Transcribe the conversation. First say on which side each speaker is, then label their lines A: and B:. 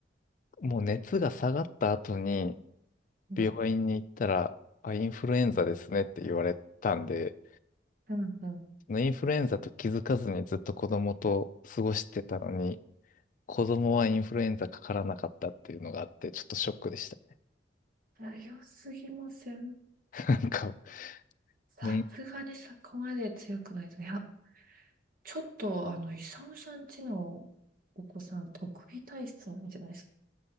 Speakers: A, on the left; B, on the right.
A: もう熱が下がった後に
B: うん、
A: 病院に行ったら、あ、インフルエンザですねって言われたんで、
B: うん、うん。
A: インフルエンザと気づかずにずっと子供と過ごしてたのに、子供はインフルエンザかからなかったっていうのがあって、ちょっとショックでした。
B: 強すぎません。
A: <laughs> なんか、
B: さすがにそこまで強くないと。
A: め、
B: いや、ちょっと、あの、イサムさんちのお子さん、特技体質なんじゃないですか。